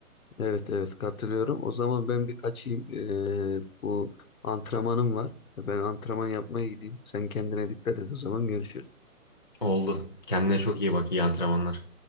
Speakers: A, on the left; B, on the left.
A: Evet evet katılıyorum. O zaman ben bir kaçayım. Ee, bu antrenmanım var. Ben antrenman yapmaya gideyim. Sen kendine dikkat et o zaman görüşürüz.
B: Oldu. Kendine çok iyi bak. iyi antrenmanlar.